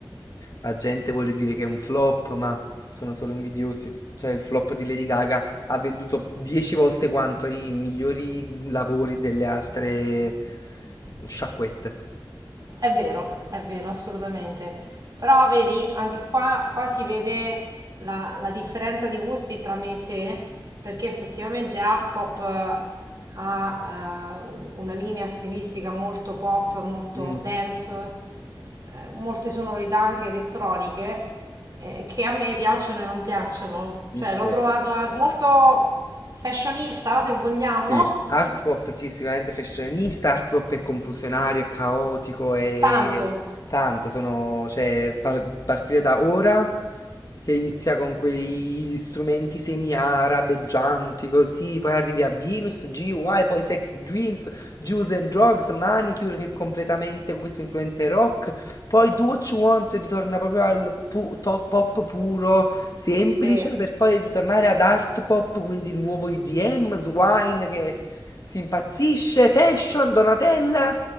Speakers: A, on the left (about 45°); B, on the right (about 45°).
A: La gente vuole dire che è un flop, ma sono solo invidiosi. Cioè, il flop di Lady Gaga ha venduto 10 volte quanto i migliori lavori delle altre sciacquette.
B: È vero, è vero, assolutamente. Però vedi, anche qua, qua si vede la, la differenza di gusti tra me e te, perché effettivamente Art Pop eh, ha eh, una linea stilistica molto pop, molto
A: Mm,
B: dance, eh, molte sonorità anche elettroniche, eh, che a me piacciono e non piacciono.
A: ok.
B: Cioè, l'ho trovato an- molto fashionista, se vogliamo.
A: Sì, art pop
B: <laughs>
A: sì, sicuramente fashionista, art pop è confusionario, è caotico, è
B: Tanto,
A: tanto, sono, cioè, par- partire da ora che inizia con quegli strumenti semi-arabeggianti così, poi arrivi a Venus, GY, poi Sex Dreams, Juice and Drugs, Manicure che è completamente con queste influenze rock, poi Do What You Want ritorna proprio al pu- top pop puro, semplice,
B: sì,
A: per poi ritornare ad art pop, quindi il nuovo EDM, Swine che si impazzisce, Fashion, Donatella,